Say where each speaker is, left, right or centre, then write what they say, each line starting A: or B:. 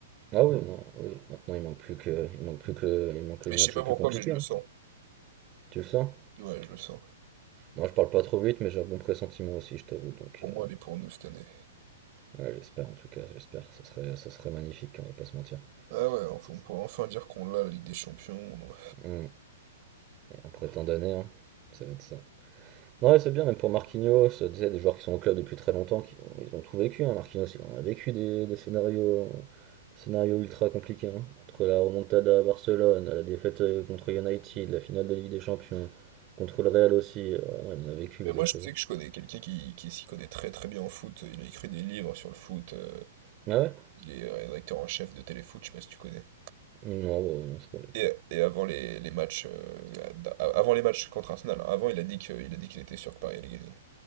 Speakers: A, on the right; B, on the right.
A: Ah oui, non, oui. Maintenant, il manque plus que, il manque plus que, le- il manque le
B: Mais
A: match
B: je sais pas
A: le plus
B: pourquoi,
A: compliqué.
B: mais je le
A: hein.
B: sens.
A: Tu le sens?
B: Ouais, je le sens.
A: Moi, je parle pas trop vite, mais j'ai un bon pressentiment aussi, je t'avoue. Donc,
B: Pour
A: euh,
B: moi, elle est pour nous cette année.
A: ouais, j'espère en tout cas, j'espère. Ça serait, ça serait magnifique, hein, on va pas se mentir.
B: Ah ouais, enfin,
A: C'est-
B: on pourrait enfin dire qu'on l'a, la Ligue des Champions. on
A: Hmm. Et Après tant d'années, hein, ça va être ça. Ouais, c'est bien, même pour Marquinhos, euh, tu sais, des joueurs qui sont au club depuis très longtemps, qui, ont- ils ont tout vécu. hein. Marquinhos, il en a vécu des, des scénarios, euh, scénarios ultra compliqués. hein. Entre la remontada à Barcelone, la défaite euh, contre United, la finale de Ligue des Champions, contre le Real aussi. Ah non, il en a vécu lui,
B: Mais moi,
A: des choses.
B: je sais
A: hein.
B: que je connais quelqu'un qui, qui s'y connaît très très bien en foot. Il a écrit des livres sur le foot. euh,
A: Ah ouais?
B: il est rédacteur en chef de Téléfoot, je sais pas si tu connais.
A: Mmh, Non, bon, non, je connais.
B: Et, et avant les, les matchs, euh, d'a- avant les matchs contre Arsenal, hein, avant, il a dit que, il a dit qu'il était sûr que Paris allait gagner.